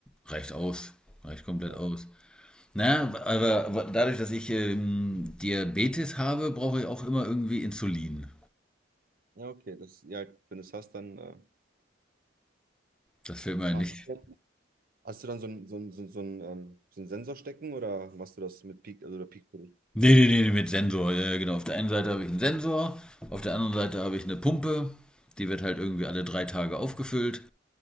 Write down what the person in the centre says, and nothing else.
reicht aus. Reicht komplett
aus. Na, aber, aber dadurch, dass ich ähm, Diabetes habe, brauche ich auch immer irgendwie Insulin.
Das fällt mir
nicht.
Nee, nee, nee, mit Sensor. Ja, ja, genau. Auf der einen Seite habe ich einen Sensor, auf der anderen Seite habe ich eine Pumpe. Die wird halt irgendwie alle drei Tage aufgefüllt.